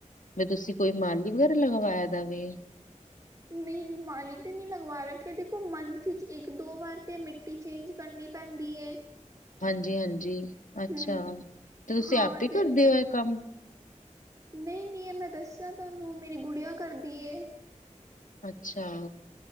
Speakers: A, on the left (about 85°); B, on the right (about 25°).
A: ਵੀ ਤੁਸੀਂ ਕੋਈ ਮਾਲੀ ਵਗੈਰਾ ਲਗਵਾਇਆ ਦਾਵੇ
B: ਨਹੀਂ ਨਹੀਂ ਮਾਲੀ ਤੇ ਨਹੀ ਲਗਵਾ ਰੱਖਿਆ ਦੇਖੋ ਮੰਥ ਵਿਚ ਇੱਕ ਦੋ ਵਾਰ ਤੇ ਮਿੱ ਟੀ ਚੇਂਜ ਕਰਨੀ ਪੈਂਦੀ ਏ
A: ਹਾਂਜੀ, ਹਾਂਜੀ ਅੱਛਾ
B: ਹਮ
A: ਤੇ ਤੁਸੀਂ
B: ਹਾਂ
A: ਆਪੇ ਹੀ
B: ਤੇ
A: ਕਰਦੇ ਹੋ ਇਹ ਕੰਮ।
B: ਨਹੀਂ, ਨਹੀਂ ਇਹ ਮੈਂ ਦੱਸਿਆ ਤੁਹਾਨੂੰ ਮੇਰੀ ਗੁੜੀਆ ਕਰਦੀ ਏ।
A: ਅੱਛਾ।